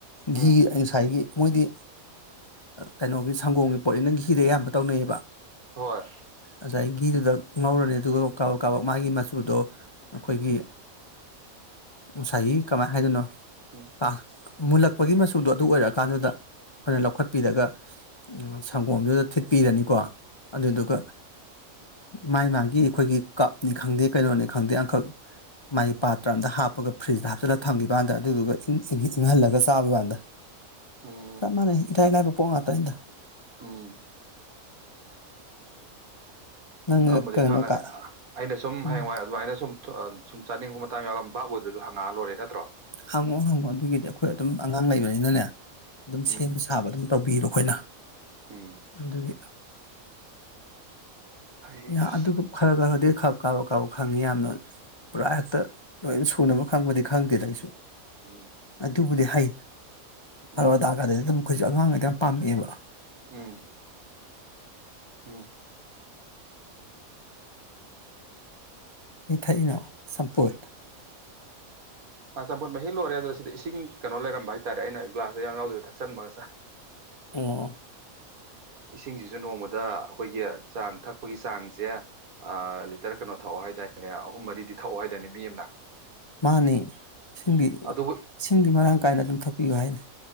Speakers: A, on the left; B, on the right.
A: ꯒꯤ
B: ꯎꯝ
A: ꯑꯗꯒꯤ ꯃꯣꯏꯗꯤ ꯀꯩꯅꯣꯒꯤ ꯁꯪꯒꯣꯝꯒꯤ ꯄꯣꯠꯅꯤ ꯅꯪ ꯘꯤꯗ ꯑꯌꯥꯝꯕ ꯇꯧꯅꯩꯌꯦꯕ
B: ꯍꯣꯏ
A: ꯉꯁꯥꯏꯒꯤ ꯘꯤꯗꯨꯗ ꯉꯧꯔꯅꯤ ꯑꯗꯨꯒ ꯀꯥꯕ ꯀꯥꯕꯛ ꯃꯥꯒꯤ ꯃꯆꯨꯗꯣ ꯑꯩꯈꯣꯏꯒꯤ ꯉꯁꯥꯏꯒꯤ ꯀꯃꯥꯏꯅ ꯍꯥꯏꯗꯣꯏꯅꯣ
B: ꯎꯝ
A: ꯑ ꯃꯨꯜꯂꯛꯄꯒꯤ ꯃꯆ ꯁꯨꯗꯣ ꯑꯗꯨ ꯑꯣꯏꯔ ꯀꯥꯟꯗꯨꯗ ꯑꯩꯈꯣꯏꯅ
B: ꯎꯝ
A: ꯂꯧꯈꯠꯄꯤꯔꯒ ꯎ ꯁꯪꯒꯣꯝꯗꯨꯗ ꯊꯤꯠꯄꯤꯔꯅꯤꯀꯣ ꯑꯗꯨꯗꯨꯒ
B: ꯎꯝ
A: ꯃꯥꯏ ꯃꯥꯒꯤ ꯑꯩꯈꯣꯏꯒꯤ ꯀꯞꯅꯤ ꯈꯪꯗꯦ ꯀꯩꯅꯣꯅꯤ ꯈꯪꯗꯦ ꯑꯪꯈꯛ ꯃꯥꯒꯤ ꯄꯥꯇ꯭ꯔ ꯑꯝꯇ ꯍꯥꯞꯄꯒ ꯐ꯭ꯔꯤꯖꯇ ꯍꯥꯞꯆꯜꯂꯒ ꯊꯝꯈꯤꯕ ꯀꯥꯟꯗ ꯑꯗꯨꯗꯨꯒ ꯏꯪꯍꯜꯂꯒ ꯆꯥꯕ ꯀꯥꯟꯗ
B: ꯎꯝ
A: ꯆꯞ ꯃ ꯏꯇꯥꯏ ꯏ ꯂꯥꯏ ꯄꯣꯉꯇꯗ
B: ꯎꯝ
A: ꯅꯪꯅ
B: ꯈꯪꯕꯨꯗꯤ
A: ꯀꯩꯅꯣ
B: ꯈꯪꯉꯅꯤ
A: ꯀꯥ
B: ꯑꯩꯅ ꯁꯨꯝ
A: ꯎꯝ
B: ꯍꯌꯦꯡꯋꯥꯏ ꯑꯗꯨꯃꯥꯏꯅ ꯁꯨꯝ ꯁꯨꯝ ꯆꯥꯅꯤꯡꯕ ꯃꯇꯥꯡ ꯌꯥꯝ ꯚꯕꯥꯞ ꯑꯣꯏꯗ꯭ꯔꯁꯨꯪꯉꯑ ꯂꯣꯏꯔꯦ ꯅꯠꯇ꯭ꯔꯣ
A: ꯍꯪꯉꯣ ꯍꯪꯉꯣ ꯑꯗꯨꯒꯤꯗꯤ ꯑꯩꯈꯣꯏ ꯑꯗꯨꯝ ꯑꯉꯥꯡ ꯂꯩꯕꯅꯤꯅꯅꯦ ꯑꯗꯨꯝ ꯁꯦꯝꯕ
B: ꯎꯝ
A: ꯁꯥꯕ ꯑꯗꯨꯝ ꯇꯧꯕꯤꯔꯣ ꯑꯩꯈꯣꯏꯅ
B: ꯎꯝ
A: ꯑꯗꯨꯒꯤ
B: ꯑꯩꯁ
A: ꯌꯥ ꯑꯗꯨ ꯈꯔ ꯈꯔꯗꯤ ꯈ ꯀꯥꯎ ꯀꯥꯎ ꯈꯪꯉꯤ ꯌꯥꯝꯅ ꯄꯨꯔꯥ ꯍꯦꯛꯇ ꯂꯣꯏ ꯁꯨꯅꯕ ꯈꯪꯕꯗꯤ ꯈꯪꯗꯦꯗ ꯑꯩꯁꯨ
B: ꯎꯝ
A: ꯑꯗꯨꯕꯨꯗꯤ ꯍꯥꯏꯩ ꯄꯔꯋꯥꯗ
B: ꯎꯝ
A: ꯍꯥꯀꯗꯗꯤ ꯑꯩꯈꯣꯏꯁꯨ ꯑꯉꯥꯡꯉ ꯌꯥꯝ ꯄꯥꯝꯃꯛꯑꯕ
B: ꯎꯝ ꯎꯝ
A: ꯑꯩ ꯊꯥꯏꯅꯣ ꯁꯝꯄꯨꯗ
B: ꯆꯝꯐꯨꯠ ꯃꯍꯤ ꯂꯣꯏꯔꯦ ꯑꯗꯨꯗ ꯁꯤꯗ ꯏꯁꯤꯡ ꯀꯩꯅꯣ ꯂꯩꯔꯝꯕ ꯍꯥꯏꯇꯥꯔꯦ ꯑꯩꯅ ꯒ꯭ꯂꯥꯁꯁ ꯌꯥꯝ ꯌꯥꯎꯗꯣꯏꯕ ꯊꯛꯆꯟꯕꯒꯁꯦ
A: ꯑꯣ
B: ꯏꯁꯤꯡꯁꯤꯁꯨ ꯅꯣꯡꯃꯗ ꯑꯩꯈꯣꯏꯒꯤ ꯆꯥꯡ ꯊꯛꯄꯒꯤ ꯆꯥꯡꯁꯦ ꯑ ꯂꯤꯇꯔ ꯀꯩꯅꯣ ꯊꯛꯑꯣ ꯍꯥꯏꯇꯥꯔꯦꯅꯦ ꯑꯍꯨꯝ ꯃꯔꯤꯗꯤ ꯊꯛꯑꯣ ꯍꯥꯏꯇꯥꯔꯅꯦ ꯃꯤ ꯑꯃꯅ
A: ꯃꯥꯅꯤ ꯏꯁꯤꯡꯗꯤ
B: ꯑꯗꯨꯕꯨ
A: ꯏꯁꯤꯡꯗꯤ ꯃꯔꯥꯡ ꯀꯥꯏꯅ ꯑꯗꯨꯝ ꯊꯣꯛꯄꯤꯌꯨ ꯍꯥꯏꯅꯤ